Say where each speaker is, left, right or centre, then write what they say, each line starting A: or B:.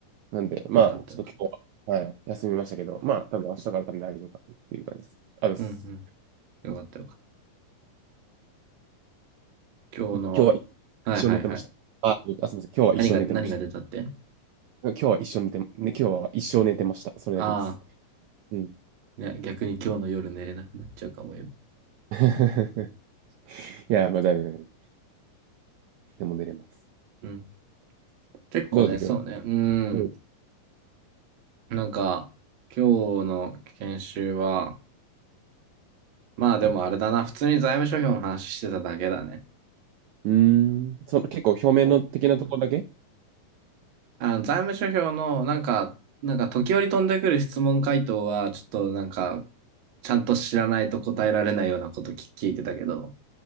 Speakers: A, on the right; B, on the right.
A: なんで、まあ、
B: よかった、
A: ちょっと今日は、
B: よかった。
A: はい、休みましたけど、まあ、多分明日から多分大丈夫かなっていう感じです。あです。
B: うん、うん。よかった、よかった。今日の、
A: 今日は
B: はい、
A: 一生寝てました。
B: はい、はい。
A: あ、あ、すみません。今日は一生寝てまし
B: 何が、何が出たって
A: た。今日は一生寝て、ね、今日は一生寝てました。それだけです。
B: ああ
A: うん。
B: ー、ね、逆に今日の夜寝れなくなっちゃうかもよ。
A: <laughs> いや、まあ、だいぶ、でも寝れます。
B: うん。結構ね、
A: どうだった今
B: そうね。う
A: 日は。うん
B: ん。なんか、今日の研修は、まあでもあれだな、普通に財務諸表の話してただけだね。
A: うーん。その結構表面の的なところだけ
B: ほぼあの、財務諸表のなんか、なんか時折飛んでくる質問回答は、ちょっとなんか、ちゃんと知らないと答えられないようなことき聞いてたけど、